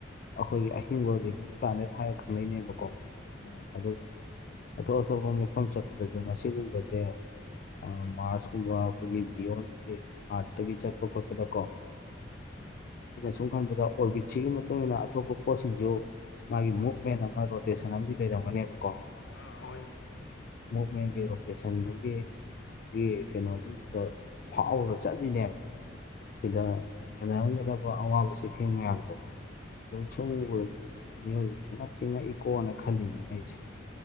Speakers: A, on the left; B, on the left.
A: ꯑꯩꯈꯣꯏꯒꯤ ꯑꯍꯤꯡꯕ ꯂꯤꯚꯤꯡ ꯄ꯭ꯂꯥꯅꯦꯠ ꯍꯥꯏꯔꯒ ꯈꯪꯅꯩꯅꯦꯕꯀꯣ
B: ꯎꯝ
A: ꯑꯗꯨ ꯑꯇꯣꯞ ꯑꯇꯣꯞꯄ ꯃꯐꯝ ꯆꯠꯄꯗꯁꯨ ꯃꯁꯤꯒꯨꯝꯕꯖꯦ ꯑꯥ ꯃꯥꯔꯁꯀꯨꯝꯕ ꯑꯩꯈꯣꯏꯒꯤ ꯕꯤꯌꯣꯟꯇꯦ ꯑꯥꯔꯠꯇꯒꯤ ꯆꯠꯄ ꯈꯣꯠꯄꯗ ꯀꯣ
B: ꯎꯝ
A: ꯑꯩꯅ ꯁꯨꯝ ꯈꯟꯕꯗ ꯑꯣꯔꯕꯤꯠꯁꯤꯒꯤ ꯃꯇꯨꯡ ꯏꯟꯅ ꯑꯇꯣꯞꯄ ꯄꯣꯠꯁꯤꯡꯁꯨ ꯃꯥꯒꯤ ꯃꯨꯞꯃꯦꯟ ꯑꯃ ꯔꯣꯇꯦꯁꯟ ꯑꯃꯗꯤ ꯂꯩꯔꯝꯒꯅꯦꯕꯀꯣ
B: ꯑꯥ ꯍꯣꯏ
A: ꯃꯨꯞꯃꯦꯟꯒꯤ ꯔꯣꯇꯦꯁꯟꯗꯨꯒꯤ ꯒꯤ ꯀꯩꯅꯣꯁꯤꯡꯁꯤꯗ ꯐꯥꯎꯔꯒ ꯆꯠꯂꯤꯅꯦꯕ ꯁꯤꯗ
B: ꯎꯝ
A: ꯍꯦꯟꯅꯔꯝꯒꯗꯕ ꯑꯋꯥꯕ ꯆꯩꯊꯦꯡ ꯃꯌꯥꯝꯗꯣ ꯑꯗꯨꯝ ꯁꯨꯝ
B: ꯎꯝ
A: ꯎꯕꯥ ꯃꯤꯑꯣꯏꯕꯁꯦ ꯉꯛꯇꯤ ꯉꯛꯏꯀꯣꯅ ꯈꯜꯂꯤꯅꯤꯅꯦ ꯑꯩꯁꯦ